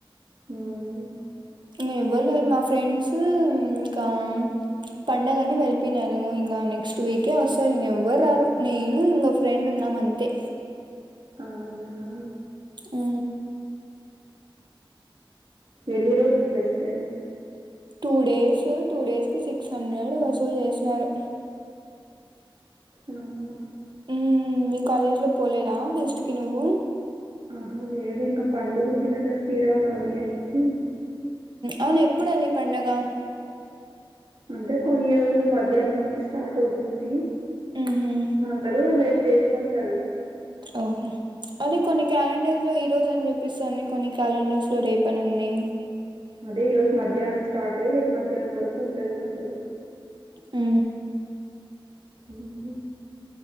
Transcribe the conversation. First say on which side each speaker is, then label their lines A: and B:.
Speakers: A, on the right; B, on the right.
A: హ్
B: ఇంగ ఎవ్వరు లేరు మా ఫ్రెండ్స్ ఇంకా పండగని వెళపియనారు, ఇంకా నెక్స్ట్ వీకే వస్తారు. ఇంక ఎవ్వరు రారు నేను ఇంగో ఫ్రెండ్ ఉన్నాం అంతే.
A: అవునా.
B: హు
A: ఎన్ని రోజులు fest.
B: Two days two days కి సి క్స్ హండ్రెడ్ వసూలు చేసినారు.
A: అవునా
B: ఉ మీ కాలేజ్ లో పోలేదా ఫెస్ట్ కి నువ్వు
A: ఆహా లేదు ఇంకా పండుగ ఉంది కదా శ్రీరామ నవమి అనేసి
B: అవును ఎప్పుడు అది పండగ.
A: అంటే ఈ రోజు మధ్యాహ్నం నుంచి స్టార్ట్ అవుతుంది.
B: మ్హూ
A: అందరూ రేపు చేసు కుంటరు.
B: ఓహో అదే కొన్ని క్యాలెండర్ లో ఈ రోజు ని చూపి స్తుంది కొన్ని క్యాలెండర్స్లో రేపని ఉంది.
A: అదే ఈ రోజు మధ్యాహ్నం స్టార్ట్ అయి రేపు మధ్యాహ్నం వరకు ఉంటది పండుగ.
B: ఊ
A: ఉహ్